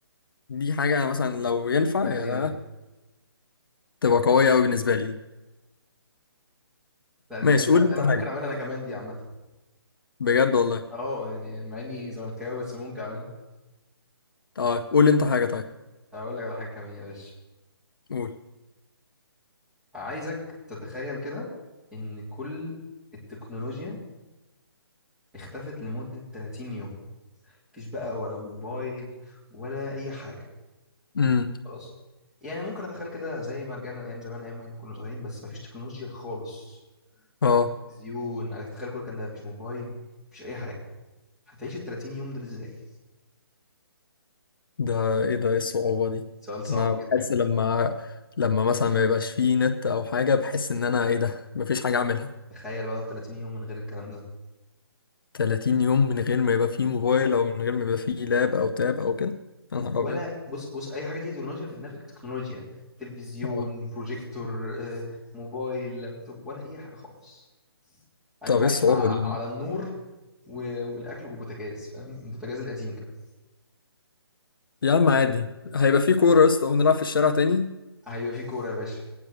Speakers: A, on the left; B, in the centre.
A: دي حاجه مثلا لو ينفع
B: لا
A: يا
B: دي جامده
A: تبقى قويه قوي بالنسبه لي دي
B: لا دي
A: ماشي
B: جامده
A: قول
B: ده
A: انت
B: انا ممكن
A: حاجه
B: اعملها انا كمان دي عامه
A: بجد والله
B: اه يعني مع اني زملكاوي بس ممكن اعملها
A: اه قول انت حاجه طيب
B: هقول لك على حاجه كمان يا باشا
A: قول
B: عايزك تتخيل كده ان كل التكنولوجيا اختفت لمده 30 يوم مفيش بقى ولا موبايل ولا اي حاجه
A: امم
B: خلاص يعني ممكن اتخيل كده زي ما رجعنا لايام زمان ايام ما احنا كنا صغيرين بس مفيش تكنولوجيا خالص مفيش
A: اه
B: بقى تلفزيون عليك تتخيل كل الكلام ده مفيش موبايل مفيش اي حاجه هتعيش ال 30 يوم دول ازاي
A: ده ايه ده ايه الصعوبة دي
B: سؤال صعب
A: ده انا
B: جدا
A: بحس <laughs> لما لما مثلا ما يبقاش فيه نت او حاجة بحس ان انا ايه ده مفيش حاجة اعملها
B: تخيل بقى لو 30 يوم من غير الكلام ده
A: 30 يوم من غير ما يبقى فيه موبايل او من غير ما يبقى فيه لاب او تاب او كده يا
B: ولا
A: نهار ابيض
B: بص بص اي حاجه تيجي تكنولوجيا في دماغك تكنولوجيا تلفزيون
A: اه
B: بروجيكتور آه، موبايل لابتوب ولا اي حاجه خالص انت
A: طب ايه
B: عايش
A: الصعوبة
B: ع-
A: دي يا
B: على
A: عم
B: النور و- والاكل والبوتاجاز فاهم البوتاجاز القديم كمان
A: يا عم عادي هيبقى فيه كورة يا اسطى ونلعب في الشارع تاني
B: هيبقى في كوره يا باشا